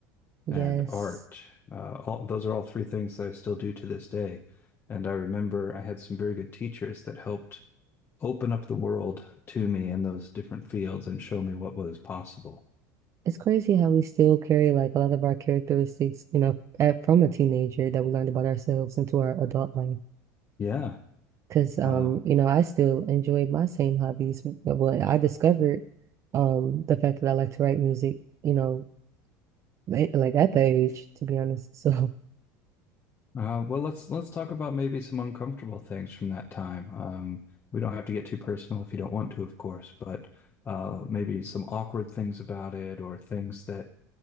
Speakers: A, on the right (about 35°); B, on the left (about 30°).
A: Yes.
B: and art. Uh, all, those are all three things that I still do to this day. And I remember I had some very good teachers that helped open up the world to me in those different fields and show me what was possible.
A: It's crazy how we still carry like a lot of our characteristics, you know, at, from a teenager that we learned about ourselves into our adult life.
B: Yeah.
A: Because um,
B: Uh,
A: you know, I still enjoy my same hobbies. Well, I discovered um the fact that I like to write music, you know, like like at that age, to be honest. <laughs> So
B: uh, well, let's let's talk about maybe some uncomfortable things from that time. Um, we don't have to get too personal if you don't want to, of course, but uh, maybe some awkward things about it or things that